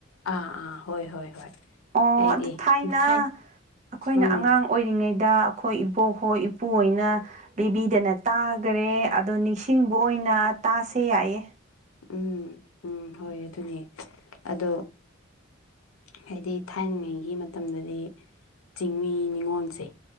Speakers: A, on the left; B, on the right.
A: ꯑꯥ ꯑꯥ ꯍꯣꯏ ꯍꯣꯏ ꯍꯣꯏ
B: ꯑꯣ
A: ꯍꯥꯏꯗꯤ
B: ꯑꯗꯨ ꯊꯥꯏꯅ
A: ꯊꯥꯏ
B: ꯑꯩꯈꯣꯏꯅ
A: ꯎꯝ
B: ꯑꯉꯥꯡ ꯑꯣꯏꯔꯤꯉꯩꯗ ꯑꯩꯈꯣꯏ ꯏꯕꯣꯛꯍꯣꯏ ꯏꯄꯨꯨ ꯍꯣꯏꯅ ꯄꯤꯕꯤꯗꯅ ꯇꯥꯒꯔꯦ ꯑꯗꯣ ꯅꯤꯡꯁꯤꯡꯕ ꯑꯣꯏꯅ ꯇꯥꯁꯦ ꯌꯥꯏꯌꯦ
A: ꯎꯝ ꯎꯝ ꯍꯣꯏ ꯑꯗꯨꯅꯦ ꯑꯗꯣ ꯍꯥꯏꯗꯤ ꯊꯥꯏꯅꯉꯩꯒꯤ ꯃꯇꯝꯗꯗꯤ ꯆꯤꯡꯃꯤ ꯅꯤꯉꯣꯜꯁꯦ